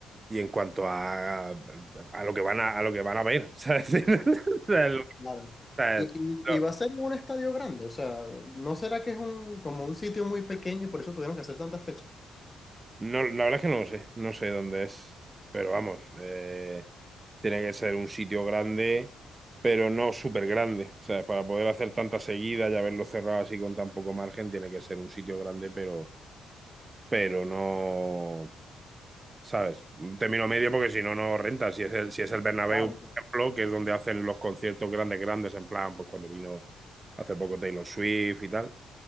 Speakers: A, on the right (about 25°); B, on the left (about 20°).
A: y en cuanto a, a lo que van a, a lo que van a ver, ¿sabes? <laughs> O sea,
B: Claro.
A: sea,
B: Y,
A: lo-
B: y, y va a ser en un estadio grande, o sea, ¿no será que es un, como un sitio muy pequeño y por eso tuvieron que hacer tantas fechas?
A: no, la verdad es que no lo sé, no sé dónde es, pero vamos, eh, tiene que ser un sitio grande, pero no súper grande. O sea, para poder hacer tanta seguida y haberlo cerrado así con tan poco margen, tiene que ser un sitio grande, pero, pero no, ¿sabes? Un término medio porque si no, no renta. Si es el, si es el Bernabéu,
B: Claro,
A: por
B: claro,
A: ejemplo, que es donde hacen los conciertos grandes, grandes, en plan, pues cuando vino hace poco Taylor Swift y tal